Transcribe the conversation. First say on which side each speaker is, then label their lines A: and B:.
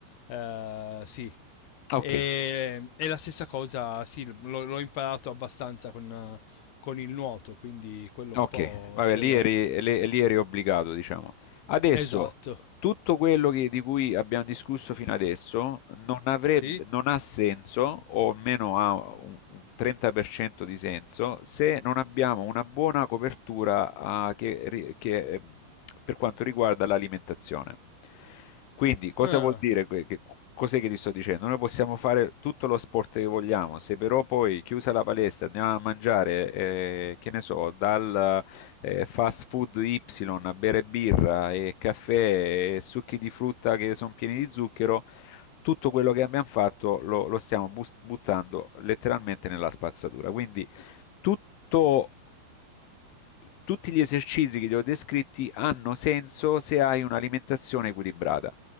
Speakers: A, on the left (about 65°); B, on the left (about 85°).
A: eh, sì.
B: Ok.
A: E, e la stessa cosa, sì, l'ho, l'ho imparato abbastanza con, eh, con il nuoto, quindi quello
B: Okay,
A: un po'
B: vabbè
A: ce
B: lì
A: l'ho.
B: eri lì lì eri obbligato diciamo. Adesso,
A: Esatto.
B: tutto quello che- di cui abbiamo discusso fino adesso non avrebbe,
A: Sì?
B: non ha senso, o almeno ha un, un 30% di senso, se non abbiamo una buona copertura, ah, che ri- che, eh, per quanto riguarda l'alimentazione. Quindi, cosa
A: Ah,
B: vuol dire? que- Che, cos'è che ti sto dicendo? Noi possiamo fare tutto lo sport che vogliamo, se però poi chiusa la palestra andiamo a mangiare, eh, che ne so, dal eh, fast food Y, bere birra e caffè e succhi di frutta che sono pieni di zucchero, tutto quello che abbiamo fatto lo, lo stiamo bus- buttando letteralmente nella spazzatura. Quindi tutto, tutti gli esercizi che ti ho descritti hanno senso se hai un'alimentazione equilibrata.